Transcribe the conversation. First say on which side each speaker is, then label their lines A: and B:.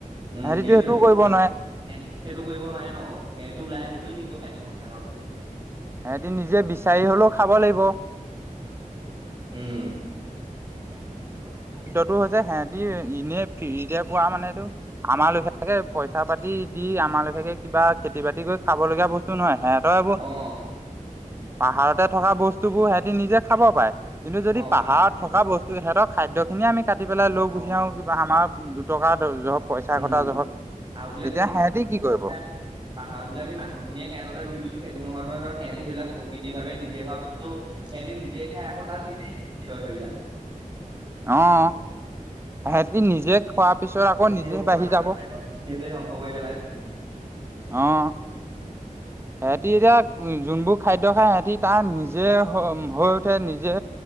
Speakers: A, on the right; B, on the right.
A: উম
B: সেহেঁতিতো
A: সেইটোৱেই
B: সেইটোও
A: তো
B: কৰিব
A: সে
B: নোৱাৰে
A: সেইটো কৰিব নোৱাৰে ন সেহেঁতিটো ওলাই আহিব। কৰিব‌ই লাগিব খাদ্য সন্ধানত।
B: সেতি নিজে বিচাৰি হলো খাব লাগিব।
A: উম।
B: তো হৈছে সেতি এনেই ফ্ৰীতে পোৱা মানেটো আমাৰ লিখিয়াকে পইচা পাতি দি। আমাৰ লিখিয়াকে কিবা খেতি বাতি কৰি খাব লগিয়া বস্ত নহয় সেয়া। হ এইবোৰ
A: অ
B: পাহাৰতে থকা বস্তু বোৰ সিহতি নিজে খাব পাৰে। কিন্তু যদি
A: অ
B: পাহাৰত
A: পাহাৰ
B: থকা বস্তু সিহঁতক খাদ্য খিনিয়ে আমি কাটি পেলাই লৈ
A: অ
B: গুচি যাওঁ কিবা আমাৰ উ দুটকা ধৰ পইচা
A: উম
B: ঘটা জহত
A: আৰু বোলে
B: তেতিয়া
A: কোন
B: সিহঁতি
A: প
B: কি কৰিব
A: বোলে আমি পাহাৰত বোলে আমি মানুহখিনিয়ে সিহঁতলৈ ৰুই দিছো সেইটো নহয় ধৰ সিহতি সেই বিলাক প্ৰকৃতি ভাৱে নিজে হোৱা বস্তু সিহঁতি নিজে খাই আক তাত নিজে কি কছে বি <unintelligible> লাক
B: অ সহতি নিজে খোৱাৰ পিছত আকৌ
A: সৃষ্টি
B: নিজে
A: হ'ব পৰা
B: বাঢ়ি
A: নাই
B: যাব।
A: সৃষ্টি হলে ধ্বংস কৰি পেলাই
B: আহ সিহতি এতিয়া উ যোনবোৰ খাদ্য খায় সিহতি তাৰ নিজে হৈ উঠে নিজে